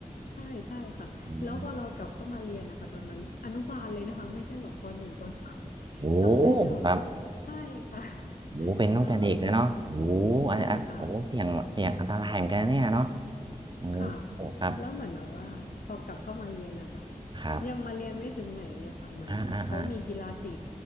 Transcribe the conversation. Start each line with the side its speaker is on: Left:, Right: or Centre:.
Left: ใช่ใช่ค่ะแล้วพอเรากลับเข้ามาเรียนนะคะตอนนั้นอนุบาลเลยนะคะไม่ใช่แบบปหนึ่งปสอง
Right: อืมโอ้
Left: จำได้เลยแบบ
Right: แบบ
Left: ใช่ค่ะ
Right: โอ้เป็นตั้งแต่เด็กเลยเนาะโอ้
Left: <laughs> แล้วเรากลับใช่ค่ะ
Right: อันอันโอ้เสี่ยงเสี่ยงอันตรายเหมือนกันนะเนี่ยเนาะโอ้
Left: ค่ะ
Right: โอ้ครับ
Left: แล้วเหมือนแบบว่าพอกลับเข้ามาเรียนนะคะ
Right: ครับ
Left: ยังมาเรียนไม่ถึงไหนเลยค่ะเหมือนเขามีกีฬาสี
Right: อ่าอ่าอ่า